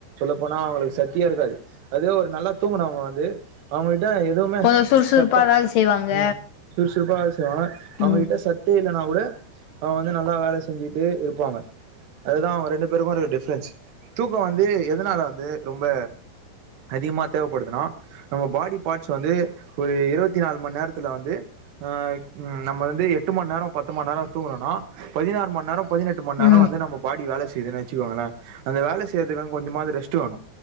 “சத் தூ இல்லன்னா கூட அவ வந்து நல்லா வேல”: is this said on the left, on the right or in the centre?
Right